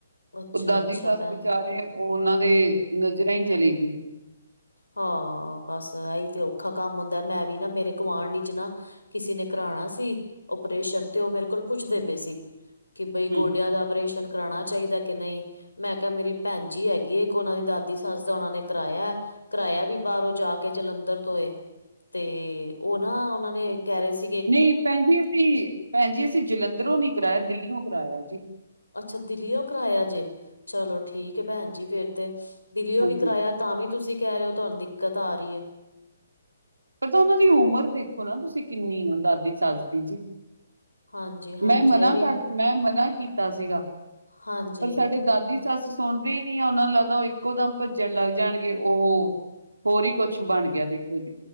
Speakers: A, on the left; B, on the right.
A: ਅੱਛਾ
B: ਉਹ, ਦਾਦੀ
A: ਅੱਛਾ
B: ਸੱਸ
A: ਭੈਣ
B: ਵਿਚਾਰੇ, ਉਹ ਉਹਨਾਂ ਦੀ ਨਜ਼ਰਾਂ ਈ ਚਲੀ ਗਈ।
A: ਹਾਂ, ਬਸ ਇਹੀ ਤੇ ਔਖਾ ਕੰਮ ਹੁੰਦੈ, ਮੈਂ ਵੀ ਨਾ ਮੇਰੇ ਗੁਆਂਢ ਚ ਨਾ ਕਿਸੇ ਨੇ ਕਰਾਣਾ ਸੀ, ਓਪਰੇਸ਼ਨ ਤੇ, ਉਹ ਮੇਰੇ ਕੋਲ ਪੁੱਛਦੇ ਪਏ ਸੀ। ਕਿ, ਬਈ
B: ਹੂੰ।
A: ਗੋਡਿਆਂ ਦਾ, ਆਪਰੇਸ਼ਨ। ਕਰਾਣਾ ਚਾਹੀਦਾ ਕਿ ਨਹੀਂ, ਮੈਂ ਕਿਹਾ, ਮੇਰੀ ਭੈਣ ਜੀ ਹੈਗੀ ਏ ਇੱਕ, ਉਹਨਾਂ ਦੀ ਦਾਦੀ ਸੱਸ ਦਾ ਉਹਨਾਂ ਨੇ ਕਰਾਇਆ। ਕਰਾਇਆ ਵੀ ਬਾਹਰੋਂ, ਜਾ ਕੇ ਜਲੰਧਰ ਤੋਂ ਏ। ਤੇ ਉਹ ਨਾ, ਉਹਨਾਂ ਨੇ ਕਹਿ ਰਹੇ ਸੀ।
B: ਨਹੀਂ ਭੈਣ ਜੀ, ਅਸੀਂ ਭੈਣ ਜੀ, ਅਸੀਂ ਜਲੰਧਰੋਂ ਨੀ ਕਰਾਇਆ, ਦਿੱਲੀਓ ਕਰਾਇਆ ਜੀ।
A: ਅੱਛਾ, ਦਿੱਲੀਓ ਕਰਾਇਆ ਜੇ, ਚਲੋ ਠੀਕ ਐ ਭੈਣ ਜੀ, ਫੇਰ ਤੇ ਦਿੱਲੀਓ
B: ਹਾਂਜੀ।
A: ਵੀ ਕਰਾਇਆ ਤਾਂ, ਵੀ ਤੁਸੀ ਕਹਿ ਰਹੇ ਹੋ, ਤੁਹਾਨੂੰ ਦਿੱਕਤ ਆ ਰੀ ਏ।
B: ਪਤਾ ਉਹਨਾਂ ਦੀ ਉਮਰ ਦੇਖੋ ਨਾ, ਤੁਸੀਂ ਕਿੰਨੀ ਆ ਦਾਦੀ ਸੱਸ ਦੀ ਜੀ।
A: ਹਾਂਜੀ ਹਾਂਜੀ
B: ਮੈਂ ਮਨਾ
A: ਇਹ ਵੀ
B: ਕਰ, ਮੈਂ ਮਨਾ ਕੀਤਾ ਸੀਗਾ।
A: ਹਾਂਜੀ
B: ਪਰ ਸਾਡੇ, ਦਾਦੀ ਸੱਸ ਸੁਣਦੇ ਹੀ ਨੀ, ਆ, ਉਹਨਾਂ ਨੂੰ ਲੱਗਦਾ ਉਹ ਇੱਕੋ ਦਮ ਭੱਜਣ ਲੱਗ ਜਾਣਗੇ ਉਹ। ਹੋਰ ਹੀ ਕੁੱਛ ਬਣ ਗਿਆ, ਦੇਖੋ ਜੀ।